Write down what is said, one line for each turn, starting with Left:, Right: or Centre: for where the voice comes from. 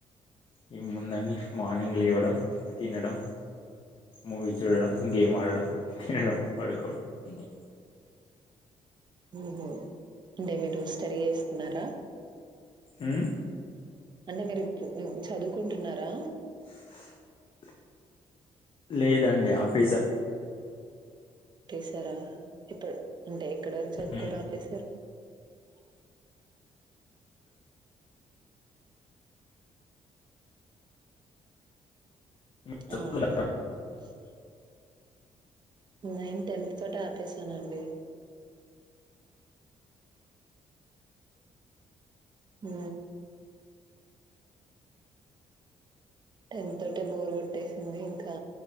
Left: ఈ ముందండి మార్నింగ్ లేవడం తినడం మూవీ చూడడం గేమ్ ఆడడం తినడం పడుకోవడం అంతే
Right: ఓహో అంటే మీరు స్టడీ చేస్తున్నారా
Left: హు
Right: అంటే మీరుప్పు ఉ చదువుకుంటున్నారా
Left: <unintelligible> లేదండి ఆపెజా
Right: పెసారా ఇపు అంటే ఎక్కడ వరకు చదువుకోని
Left: ఉమ్,
Right: ఆపేశారు హ <inaudible>
Left: మీరు
Right: అ <unintelligible> అవును
Left: చదువుతున్నారా?
Right: <unintelligible> నేన్ టెన్త్ తోటె ఆపేశానండి ఊ టెన్ తోటే బోర్ కొట్టేసింది ఇంకా